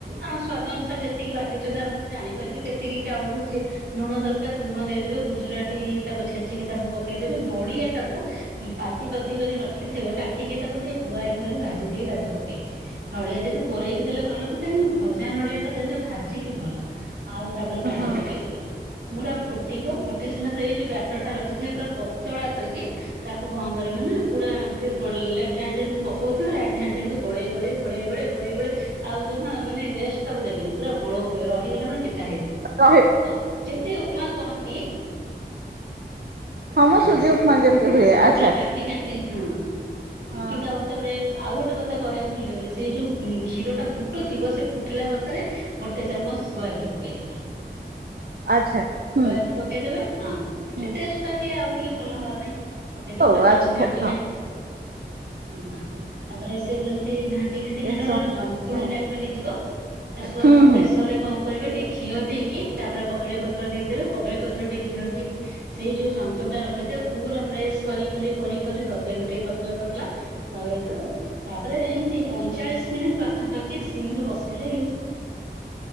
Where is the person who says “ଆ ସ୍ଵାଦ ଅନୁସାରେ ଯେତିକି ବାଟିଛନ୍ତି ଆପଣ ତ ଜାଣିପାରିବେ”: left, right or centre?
Right